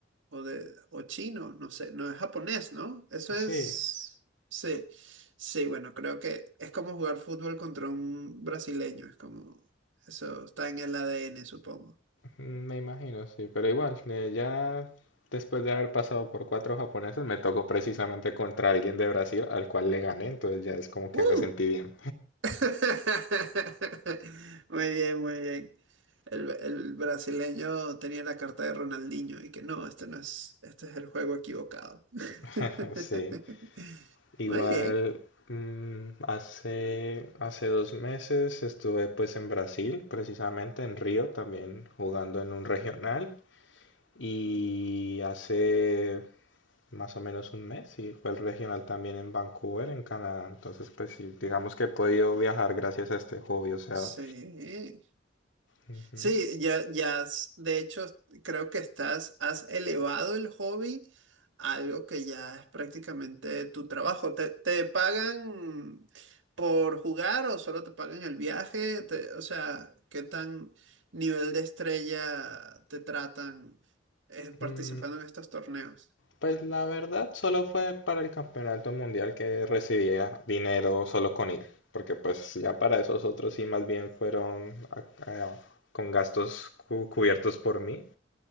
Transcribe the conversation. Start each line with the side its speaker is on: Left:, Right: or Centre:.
Right: o, de, o chino, no sé, no es japonés, ¿no? Eso
Left: Sí,
Right: es... Sí, sí, bueno, creo que es como jugar fútbol contra un brasileño, es como... Eso está en el ADN, supongo.
Left: me imagino, sí, pero igual, eh, ya después de haber pasado por cuatro japoneses me tocó precisamente contra alguien de Brasil al cual le gané, entonces ya es como que
Right: ¡Uh!
Left: me sentí bien.
Right: <laughs> Muy bien, muy bien. El, el brasileño tenía la carta de Ronaldinho y que no, este no es, este es el juego equivocado. <laughs>
Left: <laughs> Sí. Igual
Right: Muy bien.
Left: mm, hace, hace dos meses estuve pues en Brasil, precisamente en Río, también jugando en un regional. Y hace más o menos un mes, y fue el regional también en Vancouver, en Canadá. Entonces pues sí, digamos que he podido viajar gracias a este hobby, o sea.
Right: Sí.
Left: ujú.
Right: Sí, ya, ya, has- de hecho, creo que estás, has elevado el hobby a algo que ya es prácticamente tu trabajo. ¿Te, te pagan por jugar o solo te pagan el viaje? Te- o sea, ¿qué tan nivel de estrella te tratan eh, participando
Left: Mm,
Right: en estos torneos?
Left: Pues la verdad solo fue para el campeonato mundial que recibía dinero solo con ir, porque pues ya para esos otros sí más bien fueron a- a- con gastos cu- cubiertos por mí